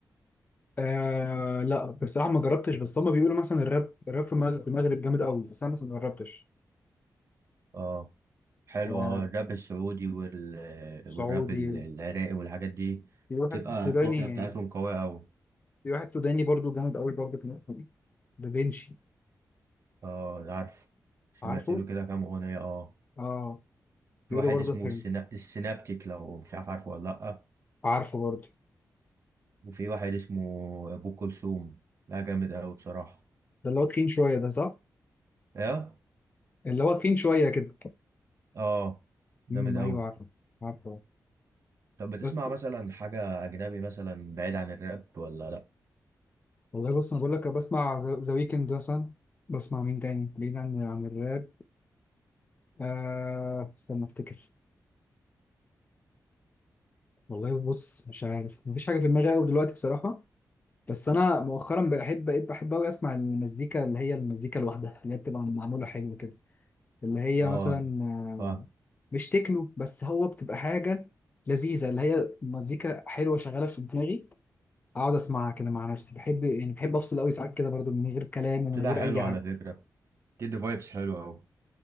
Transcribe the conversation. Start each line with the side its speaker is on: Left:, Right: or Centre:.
Left: آه لا بصراحه ما جربتش بس هم بيقولوا مثلا الراب الراب في المغرب في المغرب جامد قوي بس انا مثلا ما جربتش
Right: اه حلو
Left: آه
Right: اه الراب السعودي وال...
Left: سعودي
Right: والراب ال- العراقي والحاجات دي
Left: في واحد
Right: تبقى
Left: سوداني
Right: القافية بتاعتهم قوية أوي
Left: في واحد سوداني برضو جامد قوي برضو في مصر دي دافينشي
Right: اه عارف سمعت
Left: عارفه؟
Right: له كده كام أغنية اه
Left: اه
Right: في
Left: بيقولوا
Right: واحد
Left: برضو
Right: اسمه
Left: حلو
Right: السنا... السينابتيك لو مش عارف عارفه ولا لأ
Left: عارفه برضو
Right: وفي واحد اسمه أبو كلثوم لا جامد أوي بصراحة
Left: ده اللي هو تخين شويه ده صح؟
Right: ايه
Left: اللي هو تخين شويه كده
Right: اه جامد
Left: امم
Right: أوي
Left: ايوه عارفه عارفه
Right: طب بتسمع
Left: بس
Right: مثلا حاجة أجنبي مثلا بعيد عن الراب ولا لأ
Left: والله بص انا بقول لك بسمع ذا ويكند مثلا بسمع مين تاني بعيد عن عن الراب آه استنى افتكر والله بص مش عارف مفيش حاجه في دماغي قوي دلوقتي بصراحه بس انا مؤخرا بقيت بقيت بحب قوي اسمع المزيكا اللي هي المزيكا الواحده اللي هي بتبقى معموله حلو كده اللي هي
Right: اه
Left: مثلا آه،
Right: فاهم
Left: مش تكنو بس هو بتبقى حاجه لذيذه اللي هي مزيكا حلوه شغاله في دماغي اقعد اسمعها كده مع نفسي بحب يعني بحب افصل قوي ساعات كده برضو من غير كلام ومن
Right: بتبقى
Left: غير
Right: حلوة
Left: اي حاجه
Right: على فكرة بتدي فايبس حلوة أوي